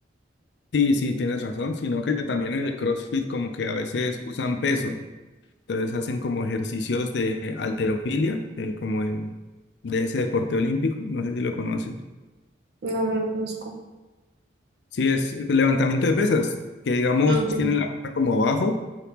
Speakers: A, on the left; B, on the right.
A: Sí, sí, tienes razón, sino que también en el CrossFit como que a veces usan peso, entonces hacen como ejercicios de halterofilia, eh, como el- de ese deporte olímpico, no sé si lo conoces.
B: No, no lo conozco.
A: Sí, es levantamiento de pesas, que digamos
B: Ah, Ok,
A: tienen la barra como abajo